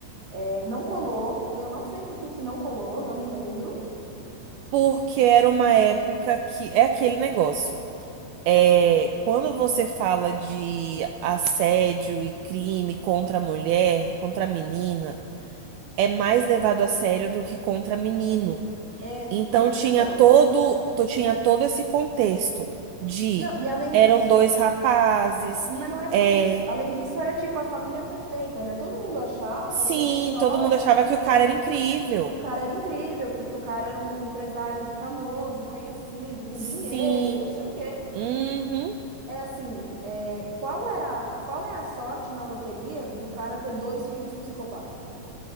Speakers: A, on the right; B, on the right.
A: é, não colou, e eu não sei por que que não colou, não me lembro.
B: porque era uma época que é aquele negócio. É, quando você fala de assédio e crime contra a mulher, contra a menina, é mais levado a sério do que contra menino.
A: É,
B: Então
A: isso
B: tinha
A: é verdade.
B: todo, to- tinha todo esse contexto de
A: Não, e além
B: eram
A: disso,
B: dois rapazes,
A: mas não é só
B: é,
A: isso. Além disso, era tipo a família perfeita, né? Todo mundo achava
B: sim,
A: que era história,
B: todo mundo achava
A: porque aquela,
B: que o cara era incrível.
A: porque o cara era incrível, porque o cara era um um empresário famoso, conhecido, com
B: Sim,
A: dinheiro e não sei o quê.
B: uhum,
A: É assim, é, qual é a, qual é a sorte na loteria do cara ter dois filhos psicopatas?